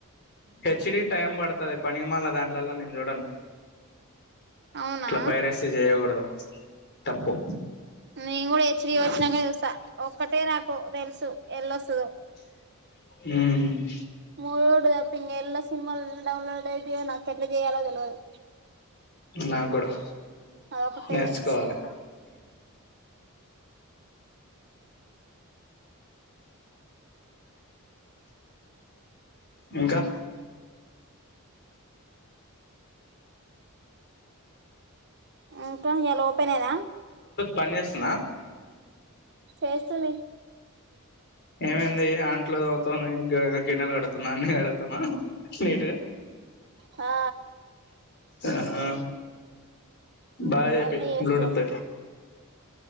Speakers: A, on the left; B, on the right.
A: హెచ్డీ టైం పడ్తది పనికి మాల్న దాంట్లోలల్ల నేను చూడను.
B: అవునా
A: ఇట్ల పైరేస్ చేయకూడదు తప్పు
B: నేన్ గుడా హెచ్డి వొచ్చనంకనే చూస్తా ఒక్కటేనాకు తెల్సు ఎల్లొస్తదో
A: మ్
B: మూవీ రిల్జ్ తప్ప ఇంకా ఎల్ల సిన్మాల్ డౌన్లోడ్ అయితయో నాకెట్లా చేయలో తెల్వదు.
A: నాక్ కూడా
B: అదొకటే
A: నేర్చుకోవాలి.
B: తెలుసు
A: ఇంకా
B: ఆ క ఇయాల ఓపెనేనా
A: పన్ చేస్తున్నా
B: చేస్తుంది.
A: ఏమైంది అంట్లు తోముతుంది గిన్నెలు కడుతున్నా అన్ని కడుగుతున్నా నీట్గా
B: ఆ
A: ఆహా బాగా చేపి
B: అన్నీ చేస్తుంది
A: బ్లూటూత్